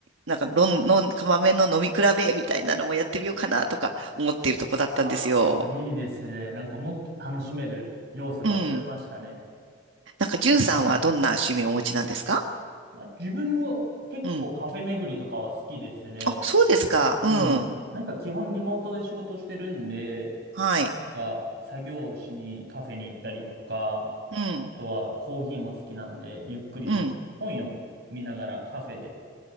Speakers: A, on the right; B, on the right.
A: なんかのん、のん、豆の飲み比べみたいなのもやってみようかなとか思っているとこだったんですよ。
B: ああ、いいですね。なんかもっと楽しめる要素が増えましたね。
A: うん。なんか、じゅんさんはどんな趣味をお持ちなんですか
B: いや自分も結構カフェ巡りとかは好きですね。
A: うん。あ、そうですか。うん。
B: うん。なんか基本リモートで仕事してるんで、
A: はい。
B: なんか作業しにカフェに行ったりとか、
A: うん。
B: あとはコーヒーも好きなんで、ゆっくりする。
A: うん。
B: 本読みながらカフェで、